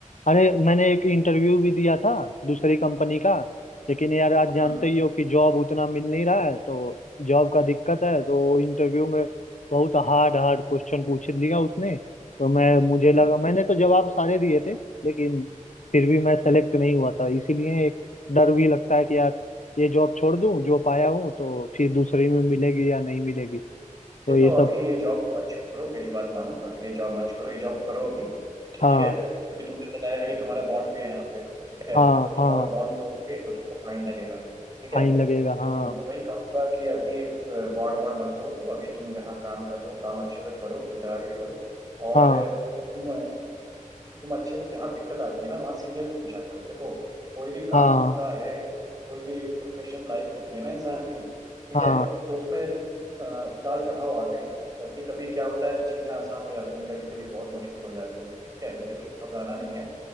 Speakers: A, on the left (about 65°); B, on the right (about 25°).
A: अरे मैंने एक इंटरव्यू भी दिया था दूसरी कंपनी का लेकिन यार आज जानते
B: हम्म
A: ही हो कि जॉब उतना मिल नहीं रहा है तो जॉब का दिक्कत है तो इंटरव्यू में बहुत हार्ड हार्ड क्वेश्चन पूछ लिया उसने तो मैं मुझे
B: हाँ
A: लगा मैंने तो जवाब सारे दिए थे लेकिन फिर भी मैं सेलेक्ट नहीं हुआ था इसीलिए एक डर भी लगता है कि यार ये जॉब छोड़ दूं जो पाया हूँ तो फिर दूसरी में मिलेगी या नहीं मिलेगी तो
B: देखो
A: ये सब
B: अभी ये जॉब मत छोड़ो मेरी बात मानो अभी ये जॉब मत छोड़ो ये जॉब करो अभी ठीक
A: हाँ
B: है क्योंकि तुमने बताया है कि तुम्हारा बॉन्ड भी है यहाँ पे ठीक है
A: हाँ
B: तो तुम
A: हाँ
B: अगर बॉन्ड तोड़ोगे तो तुमको फाइन लगेगा ठीक है
A: फाइन लगेगा हाँ
B: तो मैं वही कहूंगा कि अभी बॉन्ड वॉन्ड मत तोड़ो अभी तुम जहाँ काम कर रहे हो काम अच्छे से करो दिल लगा के करो और
A: हाँ
B: तुम कि तुम अच्छे से जहाँ दिक्कत आती है ना वहाँ सीनियर से पूछा करो देखो कोई भी काम
A: हाँ
B: होता है कोई भी प्रोफेशनल लाइफ होती है ना इंसान की ठीक
A: हाँ
B: है तो उसमें अ, उतार चढ़ाव आते हैं कभी कभी क्या होता है चीजें आसान हो जाती हैं कभी कभी बहुत मुश्किल हो जाती है ठीक है लेकिन घबराना नहीं है